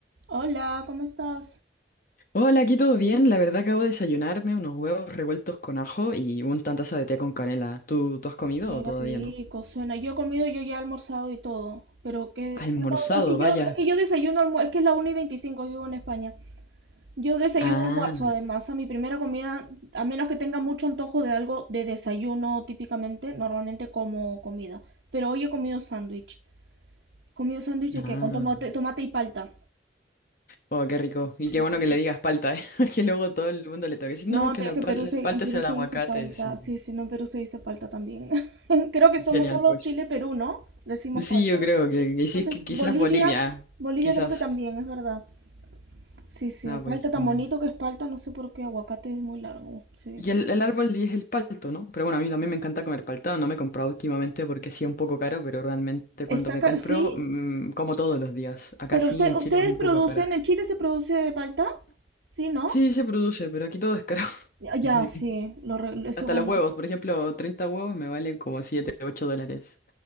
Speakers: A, on the right (about 80°); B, on the left (about 50°).
A: Hola, ¿cómo estás?
B: Hola, aquí todo bien. La verdad acabo de desayunarme unos huevos revueltos con ajo y una taza de té con canela. ¿Tú, tú has comido
A: Qué
B: o todavía
A: rico
B: no?
A: suena. Yo he comido, yo ya he almorzado y todo. Pero que...
B: Almorzado,
A: No, no, es que
B: vaya.
A: yo, es que yo desayuno almuerzo. Es que es la 1 y 25. vivo en España. Yo desayuno
B: Ah,
A: almuerzo, además, a mi primera comida, a menos que tenga mucho antojo de algo de desayuno típicamente, normalmente como comida. Pero hoy he comido sándwich. He comido sándwich de
B: ah.
A: que con tomate, tomate y palta.
B: Oh, qué rico. Y
A: Sí,
B: qué bueno
A: sí.
B: que le digas palta, ¿eh? <laughs> Porque luego todo el mundo le toca decir,
A: No,
B: no, que
A: pero
B: la,
A: es que
B: pal-
A: Perú se,
B: el palta
A: en Perú
B: es el
A: se
B: aguacate.
A: hizo palta.
B: Sí, sí.
A: Sí, sí, no, en Perú se hizo palta también. <laughs> Creo que somos
B: Genial,
A: solo
B: pues.
A: Chile y Perú, ¿no? Decimos
B: Sí,
A: palta.
B: yo creo que, que sí,
A: Creo
B: es
A: que
B: que quizás
A: Bolivia,
B: Bolivia.
A: Bolivia
B: Quizás.
A: creo que también, es verdad. Sí, sí,
B: Ah, pues,
A: palta tan
B: genial.
A: bonito que es palta, no sé por qué, aguacate es muy largo, sí.
B: Y el, el árbol es el palto, ¿no? Pero bueno, a mí también me encanta comer palta. No me he comprado últimamente porque sí es un poco caro, pero realmente cuando
A: Exacto,
B: me compro,
A: sí,
B: mm, como todos los días. Acá
A: pero
B: sí,
A: usted-
B: en
A: ustedes
B: Chile es un
A: producen,
B: poco cara.
A: en Chile se produce palta, ¿sí, no?
B: Sí, se produce, pero aquí todo es caro.
A: Ya, ya,
B: <laughs> Así
A: sí,
B: que
A: lo, re- eso
B: Hasta
A: bueno.
B: los huevos, por ejemplo, 30 huevos me valen como 7, 8 dólares.